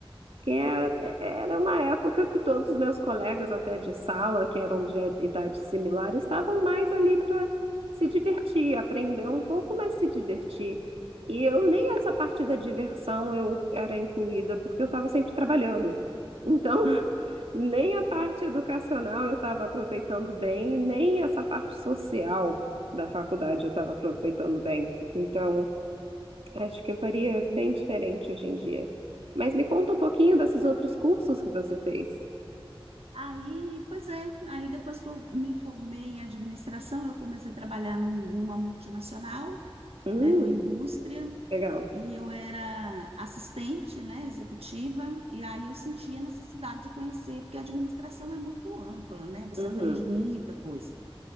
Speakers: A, on the right; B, on the right.
A: Porque é- é, era uma época que todos os meus colegas, até de sala, que eram de idade similar, estavam mais ali para se divertir, aprender um pouco, mas se divertir. E eu nem essa parte da diversão eu era incluída, porque eu estava sempre trabalhando. Então, <laughs> nem a parte educacional eu estava aproveitando bem, e nem essa parte social da faculdade eu estava aproveitando bem. Então. Acho que eu faria bem diferente hoje em dia. Mas me conta um pouquinho desses outros cursos que você fez.
B: Aí, pois é, aí depois que eu me formei em administração, eu comecei a trabalhar num- numa multinacional,
A: Hum,
B: né? Numa indústria.
A: legal.
B: e eu era assistente, né, executiva, e aí eu sentia a necessidade de conhecer, porque a administração é muito ampla, né, você
A: Uhum.
B: aprende muita coisa.